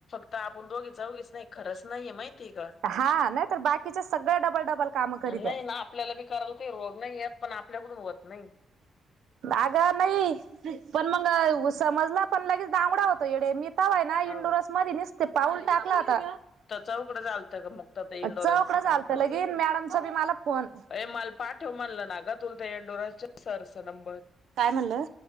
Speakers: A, on the left; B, on the right.
A: तर आपण दोघी चौघीच नाही खरंच नाहीये माहिती का
B: हा नाही तर बाकीच्या सगळ्या डबल डबल काम करीत्या
A: नाही ना आपल्याला बी करायला काही रोग नाही येत. पण आपल्याकडून होत नाही.
B: अगं नाही पण मंग समजला पण लगेच दांमडा होतो येडे मी. तवाय ना
A: हो
B: इंडोरस मध्ये निसतं पाऊल टाकलाता
A: तर चौकडं झालत. तर मग तर ते इंडोरस
B: चौकडं झालत
A: काम करून
B: लगे मॅडमचा बी मला फोन
A: अ म पाठेव म्हणलं ना ग तु ते इंडोरसच्या सरच नंबर.
B: काय म्हणलं